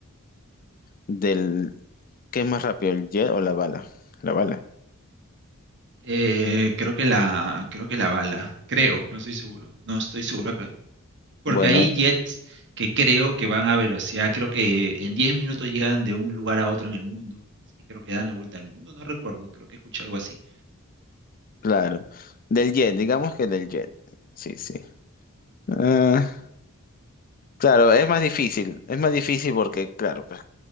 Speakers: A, on the left (about 40°); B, on the right (about 55°).
A: del, ¿qué es más rápido, el jet o la bala? La bala.
B: Eh, creo que la, creo que la bala, creo, no estoy seguro, no estoy seguro, que- porque
A: Bueno,
B: hay jets que creo que van a velocidad, creo que en 10 minutos llegan de un lugar a otro en el mundo, sí, creo que dan la vuelta al mundo, no recuerdo, creo que escuché algo así.
A: claro. Del jet, digamos que del jet. Sí, sí. Ah, claro, es más difícil. Es más difícil porque, claro, pues,